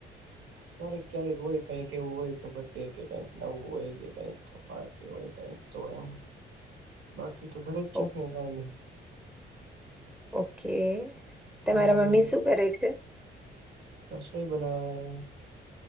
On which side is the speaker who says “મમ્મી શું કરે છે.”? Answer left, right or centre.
Centre